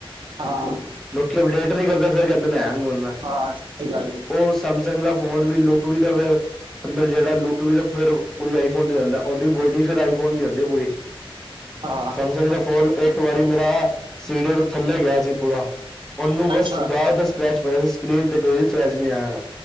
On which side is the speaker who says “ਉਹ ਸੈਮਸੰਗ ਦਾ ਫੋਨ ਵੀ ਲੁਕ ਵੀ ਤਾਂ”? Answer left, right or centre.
Centre